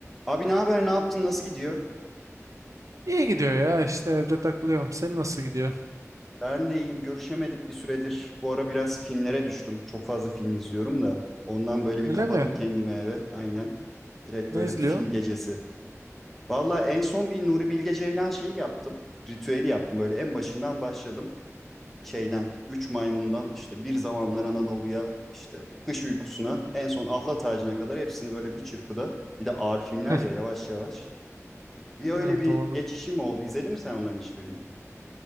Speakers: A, in the centre; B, on the right.
A: Abi ne haber, ne yaptın, nasıl gidiyor?
B: İyi gidiyor ya işte evde takılıyorum. Senin nasıl gidiyor?
A: Ben de iyiyim, görüşemedik bir süredir. Bu ara biraz filmlere düştüm. Çok fazla film izliyorum da. Ondan böyle bir
B: Öyle
A: kapadım
B: mi?
A: kendimi eve, aynen. Direkt
B: Ne
A: böyle
B: izliyorsun?
A: bir film gecesi. Valla en son bir Nuri Bilge Ceylan şeyi yaptım. Ritüeli yaptım, böyle en başından başladım. Şeyden, Üç Maymun'dan işte Bir Zamanlar Anadolu'ya, işte Kış Uykusu'na, en son Ahlat Ağacı'na kadar hepsini böyle bir çırpıda. Bir de ağır filmler
B: <laughs>
A: ya yavaş yavaş. Bir öyle
B: Ha,
A: bir
B: doğru.
A: geçişim oldu. İzledin mi sen onların hiçbirini?